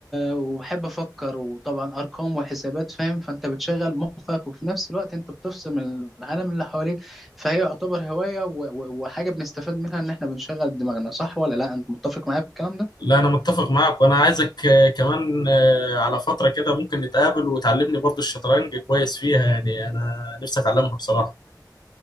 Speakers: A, in the centre; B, on the left (about 70°).
A: وبحب أفكر وطبعا أرقام وحسابات فاهم فأنت بتشغل مخك وفي نفس الوقت أنت بتفصل من العالم اللي حواليك فهي يعتبر هواية و- و- وحاجة بنستفاد منها إن إحنا بنشغل دماغنا صح ولا لأ أنت متفق معايا في الكلام ده؟
B: لا انا متفق معاك وانا عايزك آه، كمان آه، على فترة كده ممكن نتقابل وتعلمني برضو الشطرنج كويس فيها يعني انا نفسي اتعلمها بصراحة